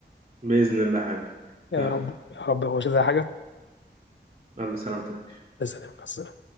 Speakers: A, on the right; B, on the left.
A: بإذن الله يا حبيبي
B: يا
A: يلا
B: رب يا رب هو مش زي حاجة
A: يلا سلامتك يا باشا
B: بس